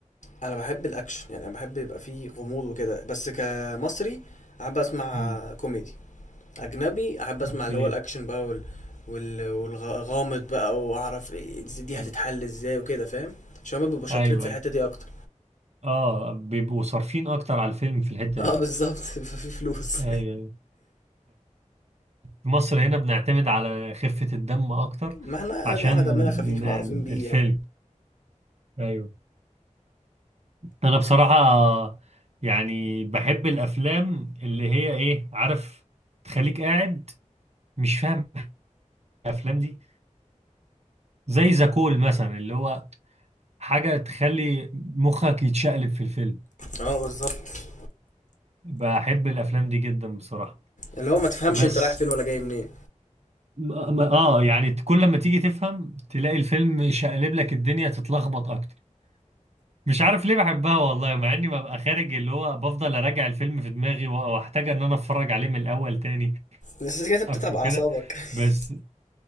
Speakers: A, on the left; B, on the right.
A: انا بحب الاكشن يعني انا بحب يبقى فيه غموض وكده بس كمصري احب اسمع
B: مم.
A: كوميدي اجنبي احب اسمع
B: اوكي
A: اللي هو الاكشن بقى وال وال- والغامض بقى واعرف إيه دي دي
B: آه.
A: هتتحل ازاي وكده فاهم عشان هما بيبقوا شاطرين
B: ايوه
A: في الحته
B: ايوه
A: دي اكتر
B: اه بيبقوا صارفين اكتر على الفيلم في الحتة
A: اه
B: دي
A: بالظبط <laughs> في فلوس
B: ايوه أيوة. في مصر هنا بنعتمد على خفة الدم اكتر
A: ما احنا
B: عشان
A: احنا دمنا خفيف
B: ن-
A: معروفين بيه
B: الفيلم
A: يعني
B: ايوه انا بصراحة يعني بحب الافلام اللي هي ايه عارف تخليك قاعد مش فاهم الافلام دي زي زكول مثلا اللي هو حاجة تخلي مخك يتشقلب في الفيلم
A: اه بالظبط
B: بحب الافلام دي جدا بصراحة
A: اللي هو ما تفهمش
B: بس
A: انت رايح فين ولا جاي منين
B: ما- ما- اه يعني كل ما تيجي تفهم تلاقي الفيلم شقلب لك الدنيا تتلخبط اكتر مش عارف ليه بحبها والله مع اني ببقى خارج اللي هو بفضل اراجع الفيلم في دماغي و- واحتاج ان انا اتفرج عليه من الاول تاني
A: بس كده بتتعب
B: عارف وكده
A: اعصابك
B: بس
A: <laughs>